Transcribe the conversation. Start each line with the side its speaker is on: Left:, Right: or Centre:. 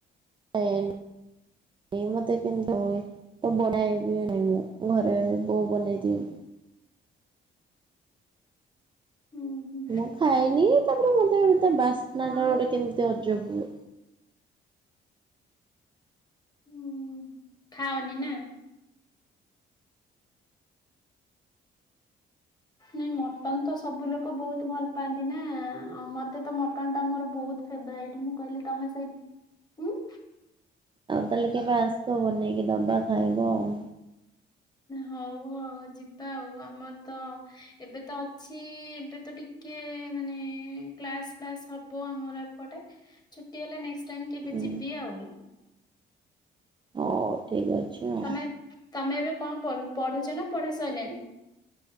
Right: ଏନି ମୋତେ କିନ୍ତୁ ହୁଏ ତ ବନାଇବି ନାହିଁ ମୁଁ ଘରେ ବୋଉ ବନେଇ ଦିଅନ୍ତିି।
Left: ହୁଁ ହୁଁ
Right: ମୁଁ ଖାଇନି ତାପରେ ମତେ ତା ବାସ୍ନା
Left: ଆଉ
Right: ଟା ଗୋଟେ କେମିତି ଅଜବ ହୁଏ।
Left: ହୁଁ ଖାଅନି ନା। ନାଇଁ ମଟନ ତ ସବୁ ଲୋକ ବହୁତ ଭଲ ପାଆନ୍ତି ନା ମତେ ତ ମଟନ ଟା ମୋର ବହୁତ ଫେବରେଟ ମୁଁ କହିଲି ତମେ ସେଇ ହୁଁ।
Right: ଆଉ ତାଲେ କେବେ ଆସ ବନେଇକି ଦବା ଖାଇବ ଆଉ।
Left: ହଉ ହଉ ଯିବା ଆଉ ଆମ ତ ଏବେ ତ ଅଛି ଏବେ ତ ଟିକେ ମାନେ କ୍ଲାସ ଫ୍ଲାସ ହବ ଆମର ଏପଟେ ଛୁଟି ହେଲେ ଫେଣ୍ଡ କେବେ
Right: ହୁଁ।
Left: ଯିବି ଆଉ।
Right: ହଉ ଠିକ ଅଛି ଆଉ
Left: ତମେ ହେତମେ ଏବେ କଁଅ କରୁ ପଢୁଚନା ପଢା ସଇଲାଣିି।